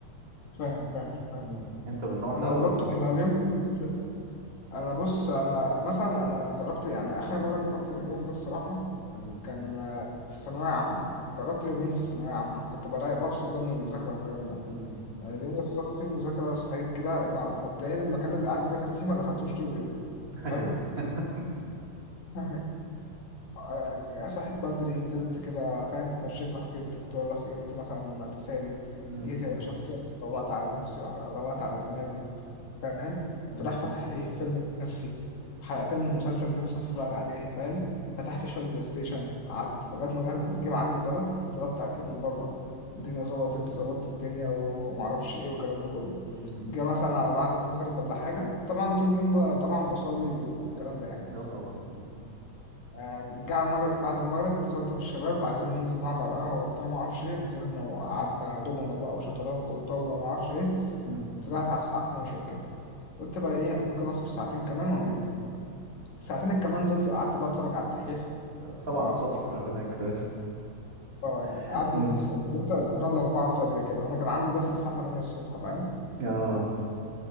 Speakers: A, on the left (about 70°); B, on the right (about 30°).
A: فاهم فاهم فاهم
B: مم. انت من النوع ده
A: أنا
B: ولا
A: برضو أنا اليوم كله بالنسبة لي- أنا بص أنا مثلا أنا جربت يعني آخر مرة جربت اليوم ده الصراحة
B: مم.
A: كان آه، في ثانوية عامة جربت يومين في ثانوية عامة كنت برايق بفصل بقى من المذاكرة والكلام ده
B: مم.
A: يعني اليوم اللي فصلت فيه المذاكرة صحيت كده ما- مبدئيا المكان اللي قاعد بذاكر فيه ما دخلتوش طول اليوم
B: <laughs> ايوه
A: حلو
B: <laughs>
A: <laughs> آه، صحيت بدري نزلت كده فاهم اتمشيت رحت جبت فطار رحت جبت مثلا تسالي
B: مم.
A: جيت يا باشا فطرت روقت على نفسي وعلى- روقت على دماغي فاهم كنت
B: مم.
A: رايح فاتح ايه فيلم بنفسي حلقتين من مسلسل نفسي اتفرج عليه فاهم فتحت شوية بلاي ستيشن قعدت لغاية ما جه جه ميعاد الغدا طلبت أكل من بره الدنيا ظبطت ظبطت الدنيا و- و- ومعرفش ايه والكلام ده كله
B: مم.
A: جه مثلا على بعد المغرب ولا حاجة طبعا طول اليوم ب- طبعا بصلي والكلام ده يعني
B: اه طبعا مم.
A: آه، جه على المغرب بعد المغرب اتصلت بالشباب عايزين ننزل نقعد على القهوة وبتاع ما اعرفش ايه نزلنا وقعدنا دومنا بقى وشطرنج وطاولة ما اعرفش ايه
B: مم.
A: طلعت على الساعة 12 كده قلت بقى ايه انا ممكن اسهر ساعتين كمان وانام ساعتين الكمان دول قعدت بقى اتفرج على الدحيح
B: ده سبعة
A: و
B: الصبح هناك فاهم
A: اه يعني
B: <laughs>
A: قعدت
B: مم.
A: في الكمبيوتر سهران ل 4 الفجر كده انا كان عندي درس الساعة 8 الصبح فاهم
B: اه